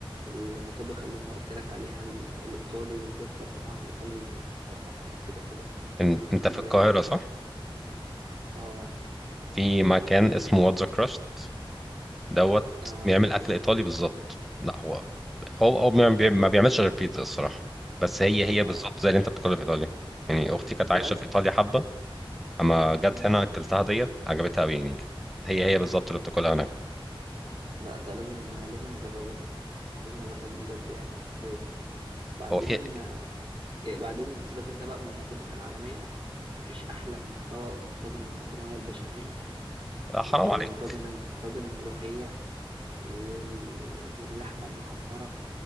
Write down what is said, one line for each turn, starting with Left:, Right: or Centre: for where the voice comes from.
Right: المطابخ اللي انا قلت لك عليها ال- الايطالي بالذات طبعا الايطالي رقم واحد كده كده
Centre: إن- انت
Right: ال-
Centre: في القاهرة صح؟
Right: اه
Centre: في مكان اسمه واتزا كراست دوت
Right: اه
Centre: بيعمل اكل ايطالي بالظبط لا هو هو هو ما بي- ما بيعملش غير بيتزا الصراحة بس هي هي
Right: اه
Centre: بالظبط زي اللي انت بتاكلها في ايطاليا يعني اختي كانت
Right: بجد
Centre: عايشة في ايطاليا حبة اما جت
Right: مم.
Centre: هنا اكلتها ديت عجبتها قوي يعني هي هي بالظبط اللي بتاكلها هناك
Right: لا ده لازم لازم اجربه ده لازم اجربه بجد يعني حرفيا بعدين
Centre: هو في
Right: إيه بعدين سيبك انت بقى من المطابخ العالميه مفيش احلى من طاجن من طاجن المكرونه البشاميل
Centre: لا، حرام
Right: وطاجن
Centre: عليك
Right: ال- طاجن الملوخيه وال... واللحمة المحمرة